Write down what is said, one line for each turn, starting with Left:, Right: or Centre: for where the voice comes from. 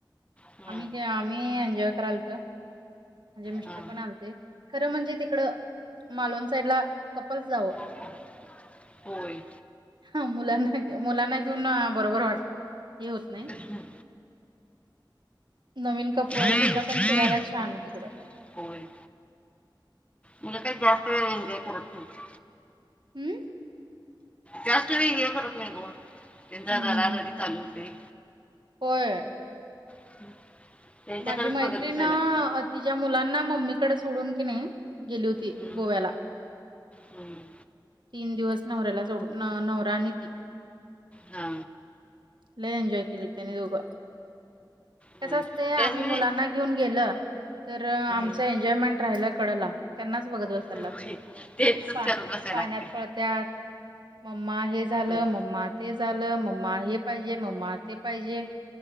Left: हम्म,
Right: आम्ही काय, आम्ही एन्जॉय करायलतो. माझे मिस्टर
Left: हां,
Right: पण आलंते खरं म्हणजे तिकडं. मालवण साईडला कपल्स जावं.
Left: हां. होय.
Right: हा, मुलांना-मुलांना घेऊन बरोबर वाढ हे होत नाही.
Left: हं.
Right: नवीन कपल्सला
Left: मुलं काय-
Right: तेन फिरायला छान
Left: हां,
Right: तिकडं.
Left: होय. मुलं काही जास्त वेळ एन्जॉय करत नाहीत.
Right: हम्म.
Left: जास्त वेळ हे करत नाही गं, त्यांचा
Right: हम्म
Left: रडारडी
Right: हम्म
Left: चालू होते.
Right: होय.
Left: <inaudible>
Right: माझी मैत्रिण
Left: बघत बसायला
Right: अ
Left: लागते
Right: तिच्या मुलांना मम्मीकडे सोडून तिने गेली होती
Left: हम्म,
Right: गोव्याला.
Left: हम्म,
Right: तीन दिवस नवऱ्याला सोडून नवरा आणि ती
Left: हा
Right: लय एन्जॉय केली त्यानी दोघं.
Left: होय.
Right: कस असत आम्ही
Left: त्याच म्हणजे
Right: मुलांना- त्यांना घेऊन गेलं, आमचं
Left: हम्म,
Right: एन्जॉयमेंट राहिलं कडेला त्यांनाच बघत बसायचं..
Left: होय.
Right: त
Left: तेच करत बसायला
Right: पाण्यात
Left: लागते
Right: पळत्यात. मम्मा हे झालं
Left: होय,
Right: मम्मा ते झालं मम्मा हे पाहिजे मम्मा ते पाहिजे.